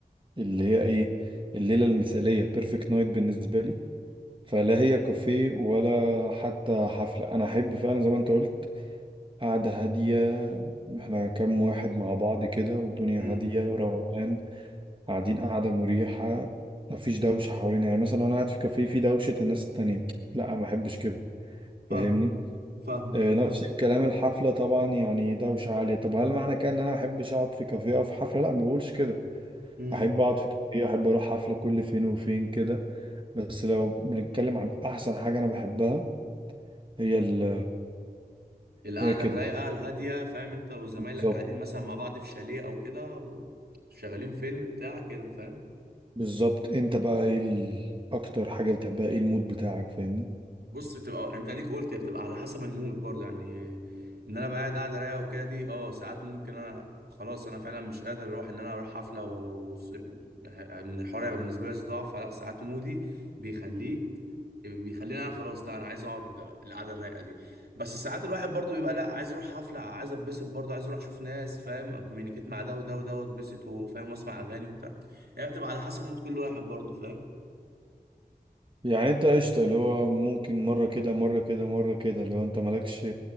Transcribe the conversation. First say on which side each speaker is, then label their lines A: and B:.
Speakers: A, on the right; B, on the right.
A: اللي هي ايه الليلة المثالية بيرفكت نايت بالنسبة لي فلا هي كافيه ولا حتى حفلة أنا أحب فعلا زي ما أنت قلت قعدة هادية إحنا كام واحد مع بعض كده والدنيا
B: امم
A: هادية وروقان قاعدين قعدة مريحة مفيش دوشة حوالينا يعني مثلا أنا قاعد في كافيه في دوشة الناس التانية لا ما أحبش كده
B: فاهم
A: فاهمني
B: فاهم
A: آه، نفس الكلام الحفلة طبعا يعني دوشة عالية طب هل معنى كده إن أنا ما أحبش أقعد في كافيه أو في حفلة لا ما بقولش كده
B: امم
A: أحب أقعد في كافيه أحب أروح حفلة كل فين وفين كده بس لو بنتكلم عن أحسن حاجة أنا بحبها هي ال
B: القعده
A: هي كده
B: الرايقه الهاديه فاهم انت وزمايلك
A: بالظبط
B: قاعدين مثلا مع بعض في شاليه او كده وشغالين فيلم بتاع كده فاهم
A: بالظبط انت بقى ايه ال- اكتر حاجة بتحبها ايه المود بتاعك فاهمني
B: بص بتبقى آه، انت اديك قلت بتبقى على حسب المود برضه يعني ان انا بقى قاعد رايقه وكده دي اه ساعات ممكن انا خلاص انا فعلا مش قادر اروح ان انا اروح حفله و وس- ان الحوار يبقى بالنسبه لي صداع فلا ساعات مودي بيخليك بيخليني انا خلاص لا انا عايز اقعد القعده الرايقه دي بس ساعات الواحد برضه بيبقى لا عايز اروح حفله عايز اتبسط برضه عايز اروح اشوف ناس فاهم اكومينيكيت مع ده وده وده واتبسط وفاهم واسمع اغاني وبتاع هي بتبقى على حسب مود كل واحد برضه فاهم
A: يعني انت قشطة اللي هو ممكن مرة كده مرة كده مرة كده لو انت مالكش